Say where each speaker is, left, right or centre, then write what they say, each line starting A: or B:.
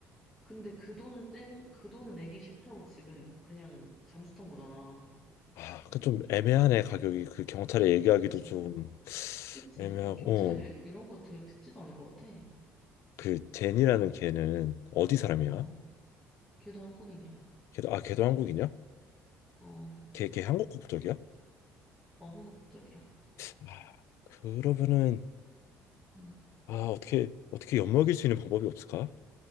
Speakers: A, in the centre; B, on the left.
A: 근데 그 돈 땜, 그 돈 내기 싫다고 지금 그냥 잠수 탄 거잖아.
B: 아, 그 좀 애매하네, 가격이. 그 경찰에 얘기하기도
A: 그치?
B: 좀
A: 그치?
B: 애매하고.
A: 경찰 이런
B: 어.
A: 거 그냥 듣지도 않을 것 같아.
B: 그, 제니라는 걔는 어디 사람이야?
A: 어, 걔도 한국인이야.
B: 걔도, 아, 걔도 한국이냐?
A: 어, 어,
B: 걔, 걔 한국 국적이야?
A: 한국 국적이야.
B: 아, 그러면은
A: 음.
B: 아 어떻게 어떻게 엿먹일 수 있는 방법이 없을까?